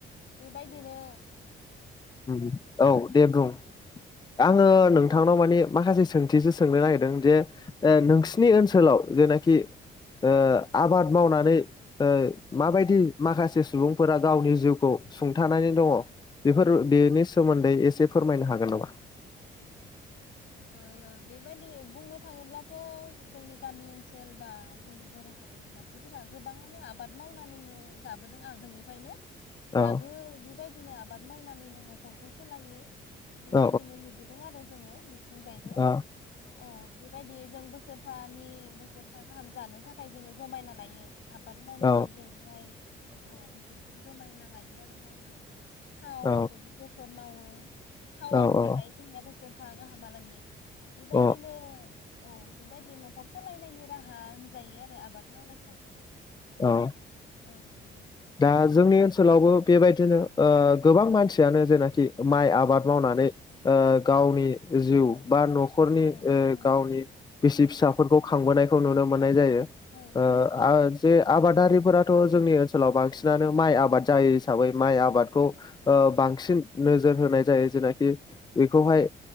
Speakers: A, on the left; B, on the left.
A: एबायदिनो
B: उम औ दे बुं आङो नोंथांनाव माने माखासे सोंथिसो सोंनो नागिरदों जे ओ नोंसिनि ओनसोलाव जेना-' खि ओ आबाद मावनानै ओ माबायदि
A: औ
B: माखासे सुबुंफोरा गावनि जिउखौ सुंथानानै दङ बेफोर बेनि सोमोन्दै एसे फोरमायनो हागोन नामा
A: ओ बेबायदि बुंनो थाङोब्लाथ' जोंनि गामि ओनसोल बा जोंनि बर' हारिनि मानसिफोरा गोबाङानो आबाद मावनानैनो जाबोदों आगोलनिफायनो
B: औ
A: दाबो बेबायदिनो आबाद मावनानैनो न'खरखौ सलायो बेबायदिनो
B: औ
A: नुबोदों आरो जोङो बिथिंजायबो
B: औ
A: औ बेबायदि जों बोसोरफानि बोसोरफा गाहाम जानो थाखाय जोङो जमायना लायो आबाद मावनानै
B: औ
A: जेरैहाय औ बेफोरखौ जमायना लायो आरो मावनानै थाव
B: औ
A: बेबो बेसर मावो थावाबो
B: औ
A: थाखायो जोंनियाबो द सोरफा गाहामालागै बेबायदिनो
B: अ
A: औ बेबायदि न'खर सालायनायनि राहा होनजायो आरो आबाद मावनायखौ
B: औ
A: औ नंगौ।
B: दा जोंनि ओनसोलावबो बेबायदिनो ओ गोबां मानसियानो जेनाखि माइ आबाद मावनानै ओ गावनि जिउ बा न'खरनि
A: नंगौ औ
B: ओ
A: नंगौ
B: गावनि बिसि फिसाफोरखौ खांबोनाय खौ नुनो मोन मोननाय जायो
A: औ
B: ओ‌ आ‌ जे आबादारिफोरा थ जोंनि ओन ओनसोलाव बांसिनानो माइ आबाद जायो हिसाबै माइ आबादखौ ओ बांसिन नोजोर होनाय जायो। जेनाखि बेखौहाय